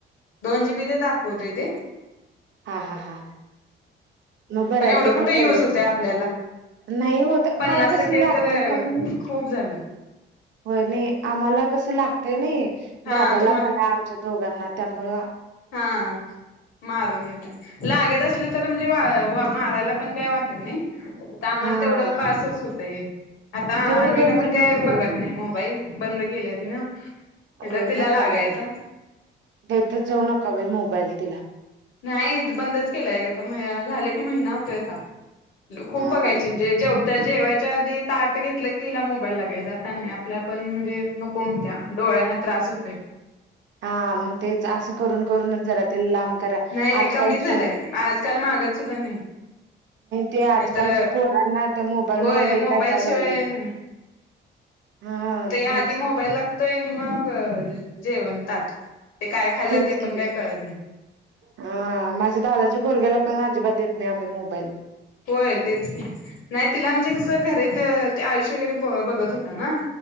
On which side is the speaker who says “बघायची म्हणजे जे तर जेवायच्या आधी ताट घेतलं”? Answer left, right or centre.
Left